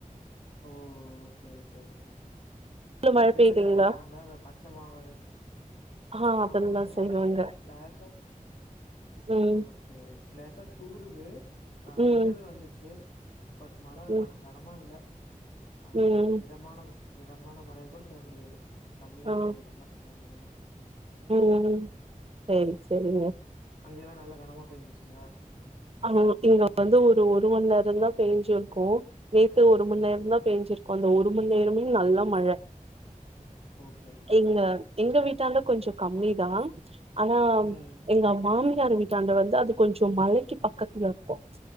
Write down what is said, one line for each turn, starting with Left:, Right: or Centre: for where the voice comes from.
Left: ஓ ஓகே ஓகே ஓகே
Right: உள்ள
Left: அந்த
Right: மழ
Left: திருவிழா
Right: பெய்யுதுங்களா
Left: எல்லாம் வந்தா அந்த பச்சை மாவு
Right: ஆ அதெல்லா
Left: ஆஹ் மழை
Right: செய்வாங்க
Left: இல்ல லேசா
Right: ம்
Left: ஓகே லேசா தூறுது ஆ
Right: ம்
Left: மின்ன வந்துச்சு பட் மழ
Right: ம்
Left: க கனமா இல்ல ஆ
Right: ம்
Left: மிதமான மிதமான மழனு கூட சொல்ல முடியாது கம்மியான
Right: ஆ
Left: மழை ரொம்ப கம்மியான மழைதான்
Right: ம் செரி செரிங்க
Left: அங்க எல்லாம் நல்ல கனமா பெஞ்சிச்சுங்க
Right: ஆ இங்க வந்து ஒரு ஒரு மணி நேரம தான் பெஞ்சுிருக்கோம் நேத்து ஒரு மணி நேரம்்தான் பெஞ்சிருக்கோ அந்த ஒரு மணி நேரமே நல்ல மழை
Left: ஓகேங்க, ஓகேங்க.
Right: எங்க எங்க வீட்டாந்த கொஞ்சம் கம்மி தான் ஆனா
Left: ம்.
Right: எங்க மாமியார் வீட்டாண்ட வந்து அது கொஞ்சொ மழைக்கு பக்கத்துல இருக்கோம்